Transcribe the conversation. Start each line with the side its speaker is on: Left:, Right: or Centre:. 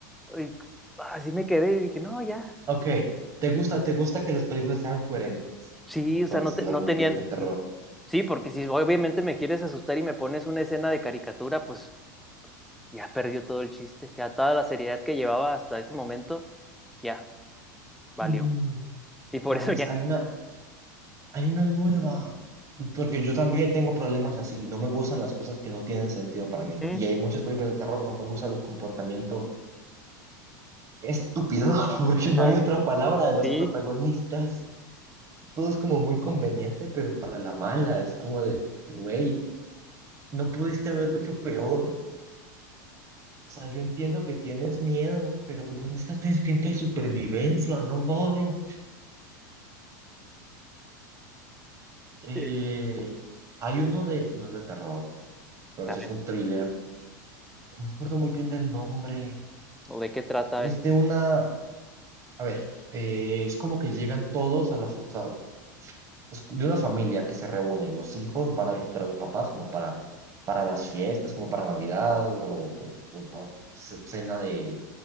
Centre: Ay, así me quedé y dije, no, ya.
Right: Ok, ¿te gusta, te gusta que las películas sean coherentes?
Centre: Sí,
Right: Entonces,
Centre: o sea, no, te-
Right: las
Centre: no
Right: de,
Centre: tenían.
Right: las de terror.
Centre: Sí, porque si obviamente me quieres asustar y me pones una escena de caricatura, pues ya perdió todo el chiste. Ya toda la seriedad que llevaba hasta ese momento, ya valió.
Right: Mm,
Centre: Y por
Right: ¿cuál
Centre: eso
Right: es?
Centre: ya.
Right: Hay una, hay una nueva. Porque yo también tengo problemas así. No me gustan las cosas que no tienen sentido para mí.
Centre: Ujú,
Right: Y hay muchas películas de terror, no me gusta el comportamiento estúpido, <laughs> porque
Centre: Ajá,
Right: no hay otra palabra de los
Centre: sí.
Right: protagonistas. Todo es como muy conveniente, pero para la mala es como de, güey, no pudiste haberlo hecho peor. O sea, yo entiendo que tienes miedo, pero ¿dónde está tu instinto de supervivencia? No mames. Eh,
Centre: sí.
Right: hay uno de, no es de terror, pero
Centre: A
Right: sí
Centre: ver,
Right: es un thriller. No me acuerdo muy bien del nombre.
Centre: ¿o de qué trata?
Right: Es
Centre: A ver, sí.
Right: de una, a ver, eh, es como que llegan todos a la, fa- o sea, es de una familia que se reúne, los hijos van a visitar a los papás como para, para las fiestas, como para Navidad o, o- o ce- cena de